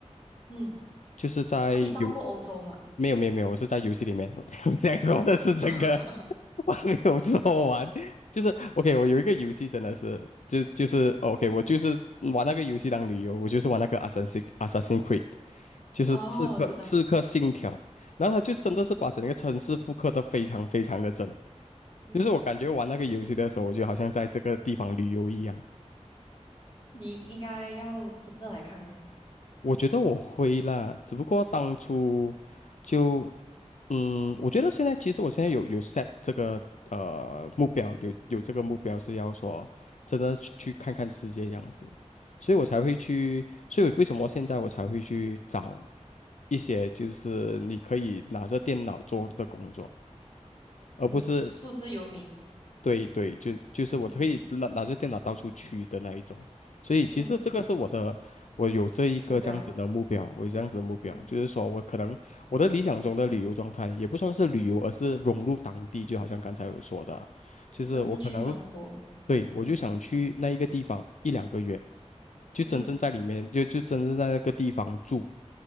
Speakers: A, on the left; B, on the left.
A: 嗯，
B: 就是在游，
A: 那你到过欧洲吗？
B: 没有没有没有，我是在游戏里面，<laughs> 我样说的是这个，
A: <laughs> 啊，
B: <laughs> 我还没有说完，就是 OK，我有一个游戏真的是，就就是哦 OK，我就是玩那个游戏当旅游，我就是玩那个 Assassin Assassin Creed，就是刺客刺客信条，
A: 哦，我知道，
B: 然后他就真的是把整个城市复刻的非常非常的真，
A: 嗯嗯，
B: 就是我感觉玩那个游戏的时候，我就好像在这个地方旅游一样。
A: 你应该要真正来看一下，
B: 我觉得我会啦，只不过当初就，嗯，我觉得现在其实我现在有有 set 这个呃目标，有有这个目标是要说真的去去看看世界这样子，所以我才会去，所以为什么现在我才会去找一些就是你可以拿着电脑做的工作，而不是
A: 嗯，数字游民，
B: 对对，就就是我可以拿拿着电脑到处去的那一种，
A: 嗯
B: 所以其实这个是我的，
A: 嗯，
B: 我有这一个这样子的目标，
A: 目标，
B: 我有这样子的目标，
A: 嗯，
B: 就是说我可能我的理想中的旅游状态也不算是旅游，而是融入当地，就好像刚才有说的，就是我可能，
A: 真正去生活，
B: 对，我就想去那一个地方一两个月，
A: 嗯
B: 就真正在里面，
A: 嗯
B: 就就真正在那个地方住。